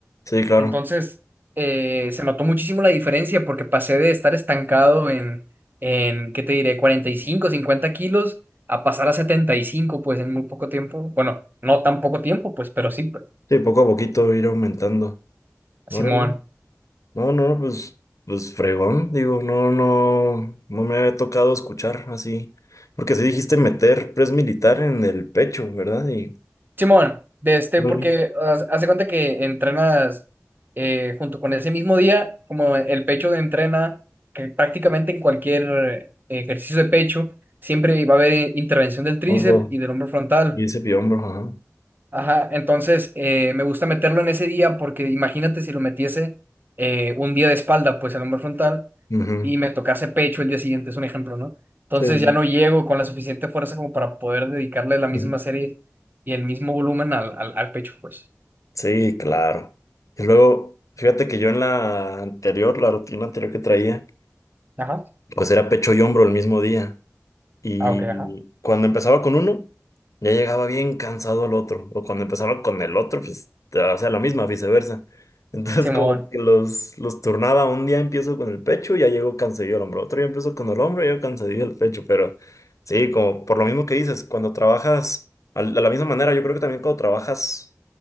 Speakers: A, on the left; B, on the right.
A: Sí, claro.
B: Entonces, eh, se notó muchísimo la diferencia porque pasé de estar estancado en, en, ¿qué te diré? cuarenta y cinco 50 kilos a pasar a 75 pues en muy poco tiempo. Bueno, no tan poco tiempo, pues, pero sí, pues.
A: Sí, poco a poquito ir aumentando. Órale.
B: Simón.
A: No, no, no, pues, pues fregón. Digo, no, no, no me había tocado escuchar así. Porque sí dijiste meter press militar en el pecho, ¿verdad? Y
B: Simón, de este,
A: Órale.
B: porque haz- haz cuenta que entrenas eh, junto con ese mismo día, como el pecho de entrena, que prácticamente en cualquier eh, ejercicio de pecho, siempre va a haber eh, intervención del tríceps
A: algo.
B: y del hombro frontal.
A: Y ese hombro, ajá.
B: Ajá, entonces eh, me gusta meterlo en ese día porque imagínate si lo metiese eh, un día de espalda, pues el hombro frontal,
A: Ujú.
B: y me tocase pecho el día siguiente, es un ejemplo, ¿no? Entonces
A: Sí, sí.
B: ya no
A: <laughs>
B: llego con la suficiente fuerza como para poder dedicarle la misma
A: sí.
B: serie y el mismo volumen al, al, al pecho, pues.
A: Sí, claro. Y luego, fíjate que yo en la anterior, la rutina anterior que traía,
B: Ajá.
A: pues era pecho y hombro el mismo día. Y
B: Ah, ok, ajá.
A: cuando empezaba con uno, ya llegaba bien cansado el otro. O cuando empezaba con el otro, pues hacía la misma, viceversa. Entonces
B: Simón,
A: como que los, los turnaba. Un día empiezo con el pecho, ya llego cansadillo al hombro. Otro día empiezo con el hombro, ya cansadillo el pecho. Pero sí, como por lo mismo que dices, cuando trabajas al- de la misma manera, yo creo que también cuando trabajas,